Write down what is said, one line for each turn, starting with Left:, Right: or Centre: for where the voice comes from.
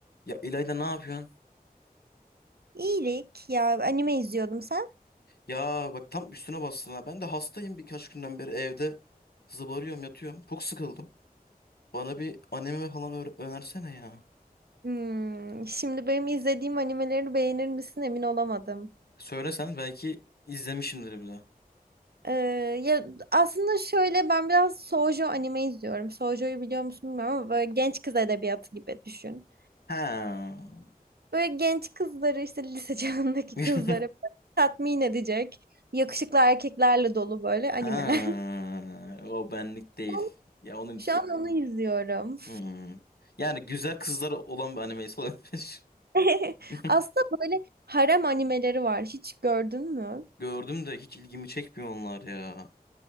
Left: Ya İlayda ne yapıyorsun?
Right: İyilik ya anime izliyordum sen.
Left: Ya bak tam üstüne bastın ha. Ben de hastayım birkaç günden beri evde zıbarıyorum yatıyorum. Çok sıkıldım. Bana bir anime falan öğre- önersene ya.
Right: Hmm, şimdi benim izlediğim animeleri beğenir misin emin olamadım.
Left: Söylesen belki izlemişimdir bir de.
Right: Ee, ya aslında şöyle ben biraz Shoujo anime izliyorum. Shoujo'yu biliyor musun bilmiyorum ama böyle genç kız edebiyatı gibi düşün.
Left: Ha.
Right: Böyle genç kızları işte lise <laughs> çağındaki
Left: <laughs>
Right: kızları böyle tatmin edecek yakışıklı erkeklerle dolu böyle
Left: Ha.
Right: animeler.
Left: O benlik değil.
Right: <laughs>
Left: Ya onun için-
Right: Şu an onu izliyorum.
Left: Hmm. Yani güzel kızlar olan bir animesi olabilir.
Right: <laughs>
Left: <laughs>
Right: Aslında böyle harem animeleri var. Hiç gördün mü?
Left: Gördüm de hiç ilgimi çekmiyor onlar ya.